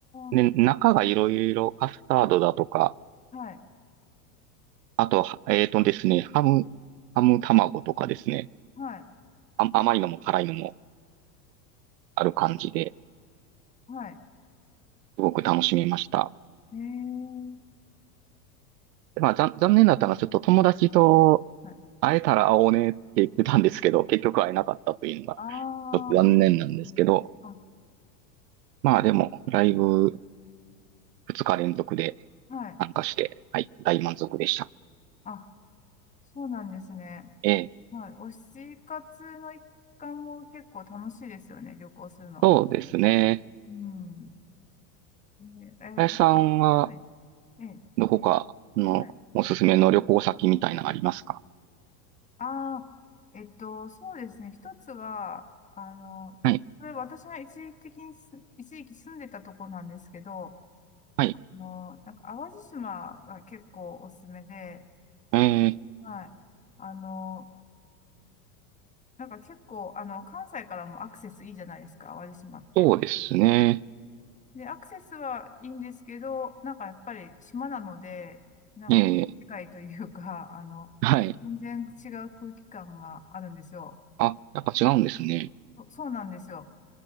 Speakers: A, on the right; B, on the left.
A: で、
B: あ。
A: 中がいろいろカスタードだとか、
B: はい。
A: あとは、えーとですね、ハム、ハム卵とかですね。
B: はい。
A: あ、甘いのも辛いのもある感じで、
B: はい。
A: すごく楽しめました。
B: ええ。
A: まあ、残残念だったのは、ちょっと友達と
B: はい。
A: 会えたら会おうねって言ってたんですけど、結局会えなかったというのが、
B: あ
A: ちょっと残念なんですけど、
B: あ。あ、
A: まあでも、ライブ2日連続で
B: はい。
A: 参加して、はい、大満足でした。
B: あ、そうなんですね。
A: ええ、
B: まあ、推し活の一環も結構楽しいですよね、旅行するの。
A: そうですね。
B: うん。えー、
A: 林さんは、
B: え他、はい。ええ、
A: どこかのおすすめの旅行先みたいなのありますか
B: はい。ああ、えっと、そうですね。一つは、あの、
A: はい。
B: これ私が一時的にす、一時期住んでたとこなんですけど、
A: はい。
B: あの、なんか淡路島が結構おすすめで、
A: えー、
B: はい。あの、なんか結構、あの、関西からもアクセスいいじゃないですか、淡路島って。
A: そうですね。
B: で、アクセスはいいんですけど、なんかやっぱり島なので、なんか世界というか、
A: えー、
B: <laughs> あの、
A: はい。
B: 全然違う空気感があるんですよ。
A: あ、やっぱ違うんですね。
B: そそうなんですよ。